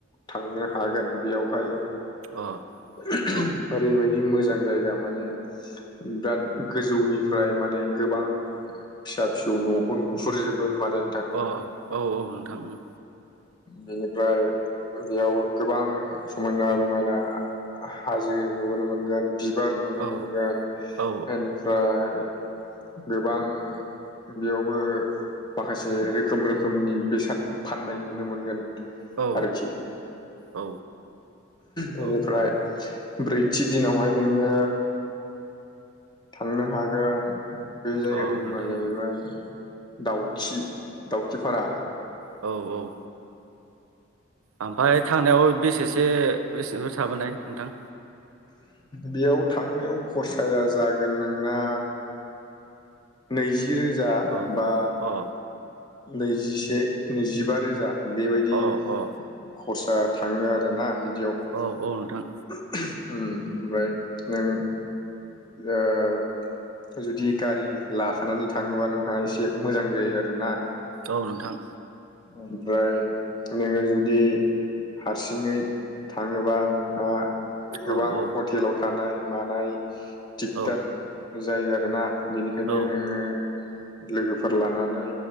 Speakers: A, on the left (about 20°); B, on the right (about 85°).
A: थांनो हागोन बेयावहाय
B: अ
A: ओरैबायदि
B: औ
A: जि मोजां जायगा माने बिराद गोजौनिफ्राय माने गोबां फिसा फिसौ न'खौ नुहुरजोब गोन माने
B: अ औ औ नोंथां ओम।
A: बिनिफ्राय बेयाव गोबां समायना रमायना हाजो नुबोनो मोनगोन। बिबार नुनो
B: औ
A: मोनगोन
B: औ
A: इनि फ्राय गोबां बेयावबो माखासे रोखोम रोखोमनि बेसाद फाननाय नुनो मोनगोन।
B: औ
A: आरोखि
B: औ
A: बेनिफ्राय
B: औ
A: ब्रैथि दिनावहाय नोङो थांनो हागोन बे जायगानि
B: अ
A: मुङा
B: नोंथां
A: जाहैबाय
B: औ
A: दाउखि दाउखि फारा।
B: औ औ ओमफ्राय थांनायाव बेसेसो बेसेफोर थाबोनाय नोंथां?
A: बेयाव थांनायाव खरसाया जागोन नोंना नैजि रोजा
B: औ
A: बा
B: अ
A: नैजिसे नैजिबा रोजा। बेबायदि
B: अ अ
A: खरसा थाङो आरोना बिदियाव।
B: औ औ नोंथां।
A: ओमफ्राय नों ओ जुदि गारि लाखानानै थाङोबा नोंहा एसे मोजां जायो आरो ना।
B: औ नोंथां।
A: ओमफ्राय नोङो जुदि हारसिङै थाङोबा नोंहा गोबां
B: औ औ
A: हटेलाव थानाय मानाय दिगदार।
B: औ
A: जायो आरोना बेनिखायनो
B: औ
A: नोङो लोगोफोर लानानै